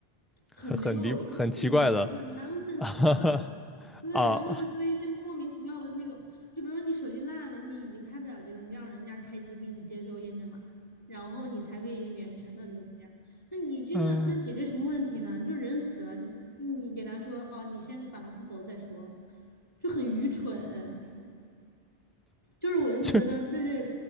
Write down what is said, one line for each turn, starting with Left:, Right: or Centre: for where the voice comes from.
Centre: 很很离很奇怪的
Left: 很没有意义的，就是 nonsense
Centre: <laughs> 啊
Left: 的话，对，
Centre: 啊，
Left: 然后就说一些莫名其妙的那种，就比如说你手机烂了，你已经开不了机了，你让人家开机给你接收验证码，然后你才可以远程的怎么怎么样，那你这个那解决什么问题呢？
Centre: 嗯，
Left: 就人死了，你你给他说哦，你先把它复活再说，就很愚蠢。就是我就觉得就是
Centre: 就